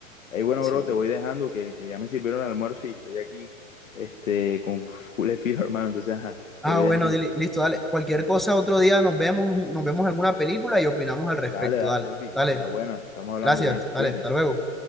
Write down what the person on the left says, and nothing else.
Ey, bueno,
bro, te voy dejando que, que ya me sirvieron el almuerzo y estoy aquí, este, con <laughs> culé filo, hermano. Entonces, ajá, te
voy
dejando.
Dale, dale,
papi.
La buena. Estamos hablando
bien.
Cuídate.